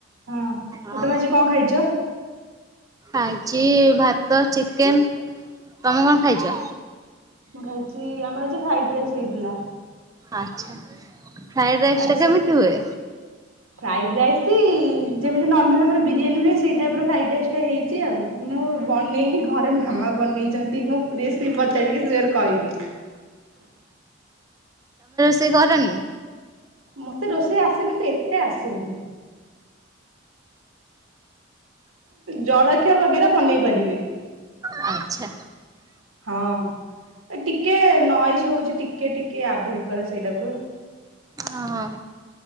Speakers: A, on the right; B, on the right.
A: ହଁ ଆଉ
B: ହଁ
A: ତମେ ଆଜି କଣ ଖାଇଛ?
B: ଆଜି ଭାତ ଚିକେନ ତମେ କଣ ଖାଇଛ?
A: ମୁଁ ଖାଇଛି ଆମର ଫ୍ରାଇଡ ରାଇସ୍ ହେଇଥିଲା।
B: ଆଛା ପ୍ରାୟ ଦଶଟା
A: ଆଚ୍ଛା।
B: କେମିତି ହୁଏ।
A: ଫ୍ରାଇଡ ରାଇସ୍ ଯେମି ନମା ଆମର ବିରିୟାନୀ ହୁଏ ସେଇ ଟାଇପ ର ଫ୍ରାଇଡ ରାଇସ୍ ଟା ହେଇଛି ଆଉ ମୁଁ ବନେଇନି ଘରେ କ୍ଷମା ବନେଇଛନ୍ତି ମୁଁ ସେ ପଚାରିକି ସେ କହିବି
B: ସେ କରନି
A: ମତେ ରୋଷେଇ ଆସେ କିନ୍ତୁ ଏତେ ଆସେନି ଜଳଖିଆ ବଗେରା ବନେଇ ପାରିବେ
B: ଭ ଆଛା
A: ହଁ ଟିକେ ନଏଜ ହଉଛି ଟିକେ ଟିକେ ଆଭଏଡ କର ସେଇଟାକୁ
B: ହଁ